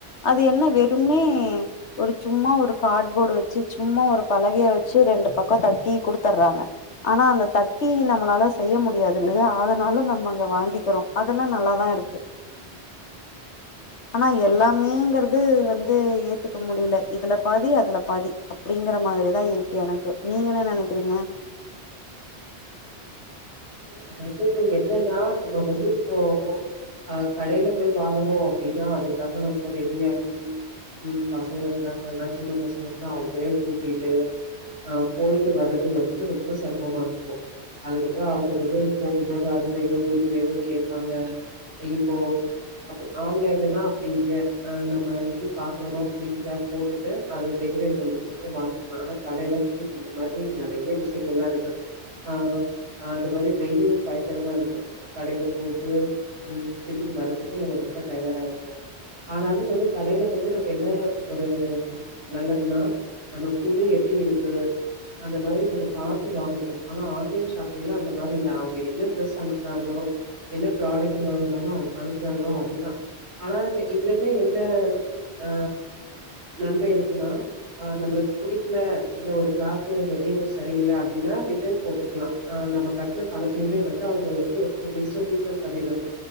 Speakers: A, on the left; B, on the right.
A: அது என்ன வெறும்னே ஒரு சும்மா ஒரு கார்ட்போர்டு வச் சு சும்மா ஒரு பலகைய வச்சு ரெண்டு பக்கோ தட்டி குடுத்தறாங்க ஆனா அந்த தட்டி நம்மளால செய்ய முடியாது இல்லையா அதனால நம்ம அங்க வாங்கிக்கிறோ அதெல்லா நல்லா தா இருக்கு ஆனா எல்லாமேங்கறது வந்து ஏத்துக்க முடில இதுல பாதி அதுல பாதி அப்டிங்கற மாரி தா இருக்கு எனக்கு நீங்க என்ன நனைக்கிறீங்க
B: ம் அதாது என்னனா நம்ம வந்து இப்போ ஆ கடேல போய் வாங்கணும் அப்டினா அதுக்காக நம்ம ரெடியாகி ம் பசங்க இருந்தாங்கன்னா சின்ன பசங்க இருந்தா அவுங்களயு கூட்டிட்டு ஆ போய்ட்டு வரது வந்து ரொம்ப சிரமமா இருக்கும் அதுக்கப்றோ அவுங்க வந்து போகும் போது அது வேணு இது வேணும்னு கேட்பாங்க இப்போ அப்பு ஆன்லைன்லனா அப்டி இல்ல அ நம்ப எது பாக்றமோ புடிக்குதா போட்டுட்டு அது டெலிவரி வந்ததுக்கப்போ வாங்கிக்கிலா ஆனா கடேல வந்து இந்த மாதிரி நெறைய விஷ்யங்கள் லா இருக்கு ஆ ஆ அது மாரி வெயிலும் பயங்கரமாருக்கு கடேல போய்ட்டு ம் திரும்பி வாரத்துக்கே நம்ம ரொம்ப டயடாமய்டுவோ ஆனாலும் வந்து கடேல வந்து நம்ம என்ன ஒரு நல்லதுனா நம்ம துணி எப்டி இருக்கு அந்த மாதிரி நம்ம பாத்து வாங்குவோ ஆனா ஆன்லைன் ஷாப் பிங்ளா அந்த மாரி இல்ல அவுங்க என்ன ட்ரெஸ் அனுப்புறாங்ளோ என்ன ப்ராடக்ட் வாங்னாலும் அனுப்றாங்ளோ அதுதா ஆனா இதுலுமே என்ன ஆ நன்மை இருக்குன்னா அ நம்ளுக் புடிக்கல இந்த ஒரு கிளாத்து மெட்டீரியல் செரியில்ல அப்டினா ரிட்டன் போட்டுக்லா ஆ நம்ம கட்ன பணத்திமே வந்து அவுங்க வந்து ஒரு டூ டேஸ்ல ரீஃபைன் பண்ணிறாங்க